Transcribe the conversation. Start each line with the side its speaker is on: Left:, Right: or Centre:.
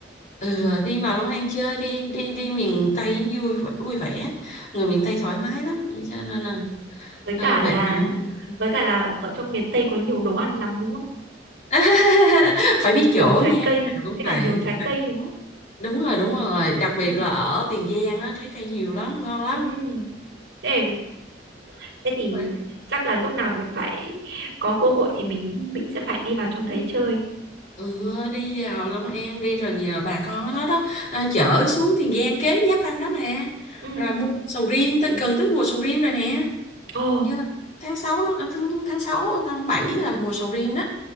Left: Ừ, ờ, đi vào Long An chơi đi đi đi miền Tây vui v- vui vẻ người miền Tây thoải mái lắm cho nên là
Right: Với
Left: ờ,
Right: cả
Left: bạn
Right: là
Left: bạn ừ.
Right: với cả là ở trong miền Tây có nhiều đồ ăn lắm đúng không?
Left: <laughs> phải biết
Right: Nhiều
Left: chỗ
Right: trái
Left: nha
Right: cây,
Left: nào cũng
Right: với
Left: vậy
Right: cả nhiều trái cây đúng không?
Left: đúng rồi đúng rồi đặc biệt
Right: Ừ.
Left: là ở Tiền Giang á trái cây nhiều lắm ngon lắm
Right: Ừ. Thế, thế thì
Left: Ồ,
Right: chắc là lúc nào mình phải có cơ hội thì mình mình sẽ phải đi vào trong đấy chơi.
Left: Ừ, đi vào Long An đi rồi nhờ bà con ở đó đó à, chở xuống Tiền Giang kế giáp ranh đó mà
Right: Ừ.
Left: rồi mua sầu riêng tới, gần tới mùa sầu riêng rồi nè
Right: Ồ,
Left: như là tháng 6 tháng, tháng 6 tháng 7 là mùa sầu riêng đó